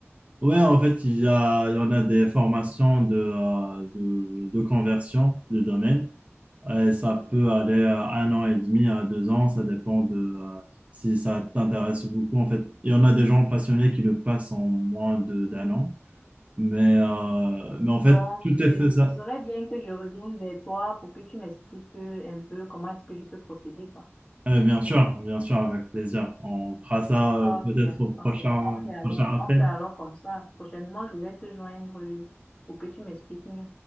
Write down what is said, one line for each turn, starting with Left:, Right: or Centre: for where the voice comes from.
Right: Ouais, en fait, il y a, il y en a des formations de, euh, de, de conversion de domaine. et ça peut aller à un an et demi, à deux ans, ça dépend de euh, si ça t'intéresse beaucoup en fait. Et on a des gens passionnés qui le passent en moins de d'un an, mais, euh, mais en
Left: Donc,
Right: fait, tout
Left: ce,
Right: est fait
Left: ce
Right: ça.
Left: serait bien que je revienne vers toi pour que tu m'expliques euh, un peu comment est-ce que je peux procéder, quoi.
Right: Euh, bien sûr, bien sûr, avec plaisir. On fera ça euh,
Left: Ok,
Right: peut-être au
Left: ok.
Right: prochain,
Left: On fait alors,
Right: prochain appel.
Left: on fait alors comme ça. Prochainement, je vais te joindre euh, pour que tu m'expliques mieux.